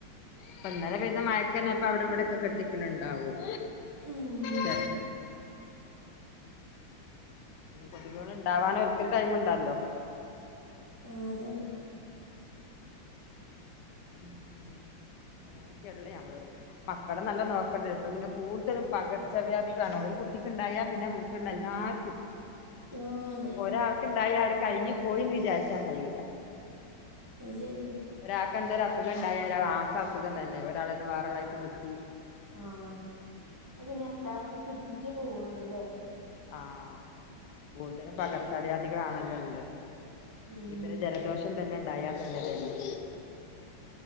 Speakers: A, on the left; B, on the right.
A: ഇപ്പൊന്നലെ പെയ്ത മഴക്കന്നെ ഇപ്പ അവിടെ ഇവിടെക്കെ കെട്ടിക്കണുണ്ടാവും
B: ഉം
A: <inaudible> കൊതുകുകളുണ്ടാവാൻ ഒരിക്കൊരു ടൈമുണ്ടല്ലോ
B: ആഹ് അതെന്നെ
A: ഉം അനൊക്കെയല്ലെ നമ്മള് മക്കളെ നല്ല നോക്കണ്ട ഇപ്പ പിന്നെ കൂടുതലും പകർച്ചവ്യാധി കാണോ ഒരു കുട്ടിക്ക് ഉണ്ടായാൽ പിന്നെ പിന്നെ എല്ലാർക്കും
B: ആഹ് അതന്നെ
A: ഒരാൾക്ക്ണ്ടായ അവിടെ കഴിഞ്ഞു പോയിന്ന് വിചാരിച്ചാൻ കഴിയൂല
B: അത് ശരിയ
A: ഒരാൾക്ക് എന്തൊരു അസുഖം ഉണ്ടായ അത് ആസ അസുഖം തന്നെ ഒരാളന്ന് വേറള്ളായിക്ക് കിട്ടി
B: ആഹ് അത് പിന്നെ എല്ലാവർക്കും കിട്ടീട്ടേ പോവുള്ളൂല്ലേ
A: ആഹ് കൂടുതലും പകർച്ചാവ്യാദികളാണല്ലോ ഉള്ളത്
B: ഉം
A: ഇപ്പൊ ഒരു ജ ലദോഷം തന്നെ ഉണ്ടായ തന്നെ തന്നെ